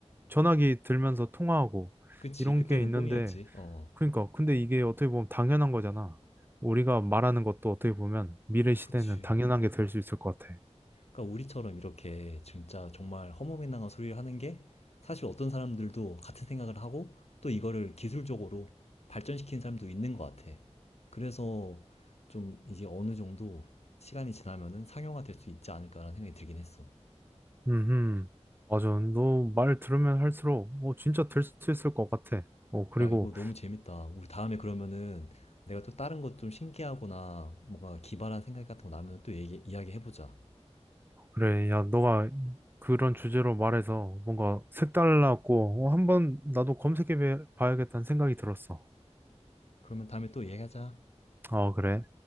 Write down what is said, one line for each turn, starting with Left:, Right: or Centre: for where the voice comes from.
Right: 전화기 들면서 통화하고
Left: 그치.
Right: 이런
Left: 그때는
Right: 게 있는데
Left: 꿈이었지. 어,
Right: 그러니까 근데 이게 어떻게 보면 당연한 거잖아. 우리가 말하는 것도 어떻게 보면 미래 시대에는
Left: 그치.
Right: 당연한 게 될 수 있을 것 같아.
Left: 그러니까 우리처럼 이렇게 진짜 정말 허무맹랑한 소리를 하는 게 사실 어떤 사람들도 같은 생각을 하고 또 이거를 기술적으로 발전시키는 사람도 있는 것 같아. 그래서 좀 이제 어느 정도 시간이 지나면은 상용화 될 수 있지 않을까라는 생각이 들긴 했어.
Right: 음, 맞아. 너 말 들으면 할수록 어, 진짜 될 수 있을 것 같아. 어, 그리고
Left: 야, 이거 너무 재밌다. 우리 다음에 그러면은 내가 또 다른 것 좀 신기하거나 뭔가 기발한 생각 같은 거 나면 또 얘기, 이야기해보자.
Right: 그래, 야, 너가 그런 주제로 말해서 뭔가 색달랐고 어, 한번 나도 검색해 봐야겠다는 생각이 들었어.
Left: 그러면 다음에 또 얘기하자.
Right: 어, 그래.